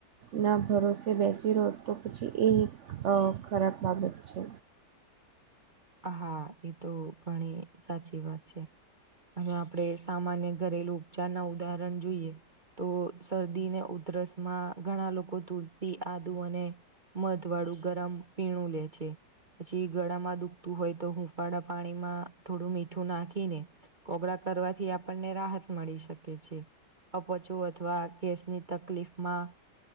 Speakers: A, on the right; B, on the right.
A: ના, ભરોસે બેસી રહો તો, પછી એ એક ખરાબ બાબત છે.
B: હા, એ તો ઘણી સાચી વાત છે. અને આપણે સામાન્ય ઘરેલુ ઉપચાર ના ઉદાહરણ જોઈએ. તો શરદીને, ઉધરસ માં ઘણા લોકો ધૂરતી આદુ અને મધ વાળું ગરમ પીણું લે છે, પછી ગળામાં દુ હોય તો, હુંફાળા પાણીમાં થોડું મીઠું નાખીને. કોગળા કરવાથી, આપણને રાહત મળી શકે છે, અપચું અથવા કેસની તકલીફમાં